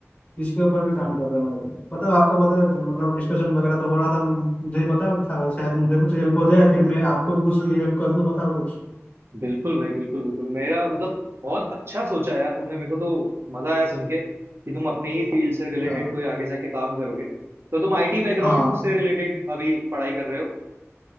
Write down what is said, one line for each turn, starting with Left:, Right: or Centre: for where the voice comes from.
Left: इसके ऊपर मैं काम कर रहा हूँ अभी। बताओ आपका बताओ तो मतलब डिस्कशन वगैरह तो हो रहा था मुझे ही बताओ था, शायद मुझे कुछ हेल्प हो जाए फिर मैं आपको भी कुछ भी हेल्प कर दूँ बताओ कुछ
Right: बिल्कुल भाई बिल्कुल बिल्कुल मेरा मतलब बहुत अच्छा सोचा है यार तुमने मेरे को तो मजा आया सुन के कि तुम अपनी ही फील्ड से रिलेटेड
Left: अच्छा
Right: कोई आगे जाके काम करोगे तो तुम आईटी बैकग्राउंड
Left: हाँ
Right: से रिलेटेड अभी पढ़ाई कर रहे हो